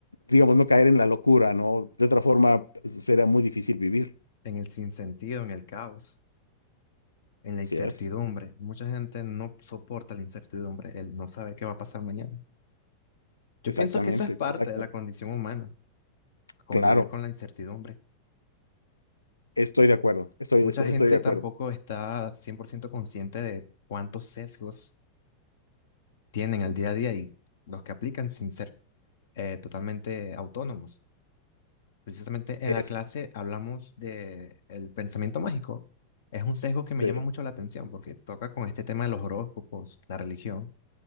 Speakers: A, on the left (about 80°); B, on the left (about 60°).
A: digamos, no caer en la locura, ¿no? De otra forma, será muy difícil vivir.
B: en el sinsentido, en el caos, en la
A: Así
B: incertidumbre.
A: es.
B: Mucha gente no soporta la incertidumbre, el no saber qué va a pasar mañana. Yo
A: Exactamente,
B: pienso que eso es parte
A: exactamente.
B: de la condición humana, convivir
A: Claro,
B: con la incertidumbre.
A: estoy de acuerdo, estoy,
B: Mucha
A: estoy,
B: gente
A: estoy de acuerdo.
B: tampoco está 100% consciente de cuántos sesgos tienen al día a día y los que aplican sin ser eh, totalmente autónomos. Precisamente en
A: Es,
B: la clase hablamos de el pensamiento mágico. Es un sesgo que me
A: sí,
B: llama mucho la atención porque toca con este tema de los horóscopos, la religión.